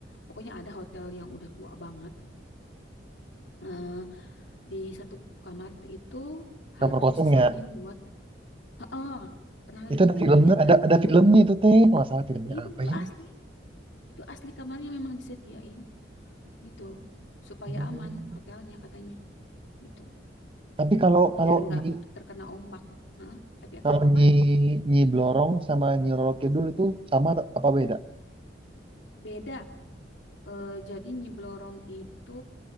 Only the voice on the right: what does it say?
kamar kosongnya
itu ada
filmnya
ada ada filmnya itu teh nggak salah filmnya
apa
ya
Hmm.
tapi kalau kalau
ini
Kalau
Nyi Nyi Blorong sama Nyi Roro Kidul itu sama apa beda?